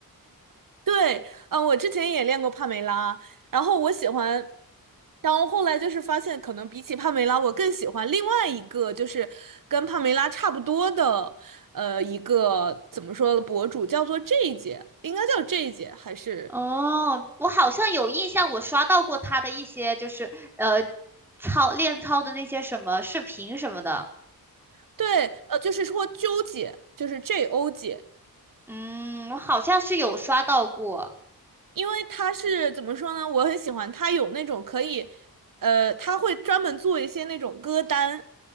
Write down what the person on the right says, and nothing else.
对，嗯，我之前也练过帕梅拉，然后我喜欢，然后后来就是发现，可能比起帕梅拉，我更喜欢另外一个，就是跟帕梅拉差不多的，呃，一个怎么说的博主，叫做 J 姐，应该叫 J 姐还是
对，呃，就是说纠姐，就是 J O 姐，
因为他是怎么说呢？我很喜欢他有那种可以，呃，他会专门做一些那种歌单，